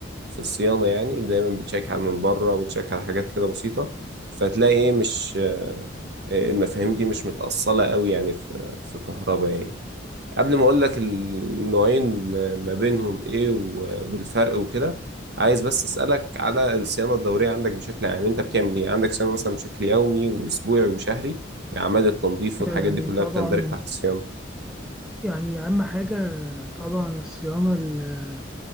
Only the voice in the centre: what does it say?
يعني
طبعا
يعني أهم حاجة طبعا الصيانة ال-